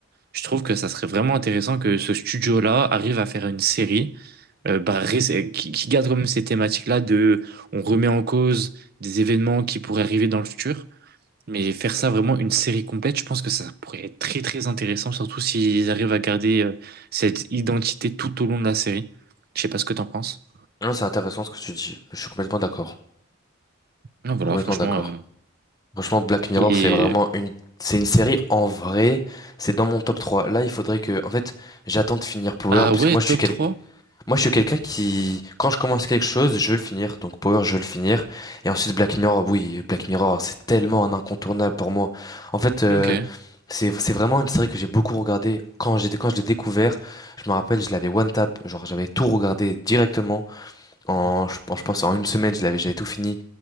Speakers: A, on the right; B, on the left.
A: Je trouve que ça serait vraiment intéressant que ce studio-là arrive à faire une série euh, bah, ré- qui, qui garde comme ces thématiques-là de on remet en cause des événements qui pourraient arriver dans le futur, mais faire ça vraiment une série complète, je pense que ça pourrait être très très intéressant, surtout s'ils arrivent à garder euh, cette identité tout au long de la série. Je sais pas ce que t'en penses.
B: Non, c'est intéressant ce que tu dis. Je suis complètement d'accord.
A: Non, voilà,
B: Complètement
A: franchement.
B: d'accord.
A: euh,
B: Franchement, Black Mirror,
A: Et...
B: c'est vraiment une, c'est une série en vrai. C'est dans mon top 3. Là, il faudrait que, en fait, j'attends de finir Power
A: Ah
B: parce
A: ouais,
B: que moi, je
A: top
B: suis quelqu'un.
A: trois.
B: Moi, je suis quelqu'un qui, quand je commence quelque chose, je veux le finir. Donc Power, je veux le finir. Et ensuite Black Mirror, oui, Black Mirror, c'est tellement un incontournable pour moi. En fait, euh,
A: Ok.
B: c'est c'est vraiment une série que j'ai beaucoup regardée. Quand j'étais quand je l'ai découvert, je me rappelle, je l'avais one tap, genre j'avais tout regardé directement. En
A: Mmh,
B: je, pense je pense en une semaine, je l'avais j'avais tout fini.